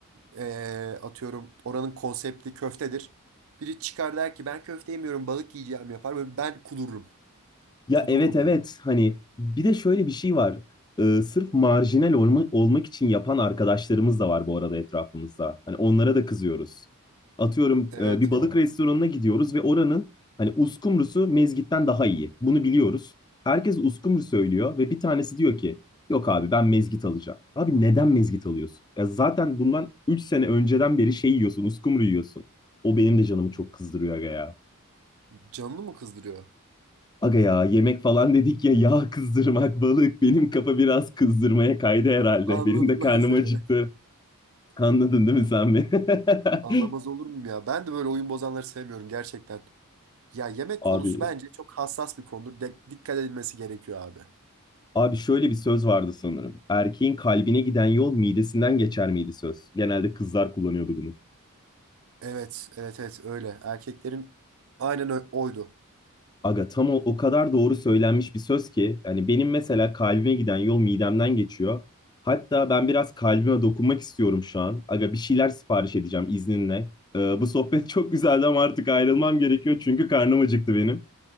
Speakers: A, on the right (about 70°); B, on the left (about 20°).
A: eee, atıyorum oranın konsepti köftedir. Biri çıkar der ki ben köfte yemiyorum balık yiyeceğim yapar. Böyle ben kudururum.
B: Ya
A: Kudururum
B: evet evet
A: yani.
B: hani bir de şöyle bir şey var. Ee, sırf marjinal olma- olmak için yapan arkadaşlarımız da var bu arada etrafımızda. Hani onlara da kızıyoruz. Atıyorum
A: Evet
B: e, bir
A: ya.
B: balık restoranına gidiyoruz ve oranın hani uskumrusu mezgitten daha iyi. Bunu biliyoruz. Herkes uskumru söylüyor ve bir tanesi diyor ki yok abi ben mezgit alacağım. Abi neden mezgit alıyorsun? Ya zaten bundan 3 sene önceden beri şey yiyorsun, uskumru yiyorsun. O benim de canımı çok kızdırıyor aga ya.
A: Canını mı kızdırıyor?
B: Aga ya yemek falan dedik ya yağ kızdırmak balık benim kafa biraz kızdırmaya kaydı herhalde.
A: Anladım
B: Benim de karnım
A: ben seni.
B: acıktı. Anladın değil mi sen beni? <laughs>
A: Anlamaz olur muyum ya? Ben de böyle oyun bozanları sevmiyorum gerçekten. Ya yemek
B: Abi
A: konusu bence çok hassas bir konudur. De- dikkat edilmesi gerekiyor abi.
B: abi şöyle bir söz vardı sanırım. Erkeğin kalbine giden yol midesinden geçer miydi söz? Genelde kızlar kullanıyordu bunu.
A: Evet, evet, evet öyle. Erkeklerin aynen ö- oydu.
B: Aga tam o, o kadar doğru söylenmiş bir söz ki hani benim mesela kalbime giden yol midemden geçiyor. Hatta ben biraz kalbime dokunmak istiyorum şu an. Aga bir şeyler sipariş edeceğim izninle. Ee, bu sohbet <laughs> çok güzeldi ama artık ayrılmam gerekiyor çünkü karnım acıktı benim.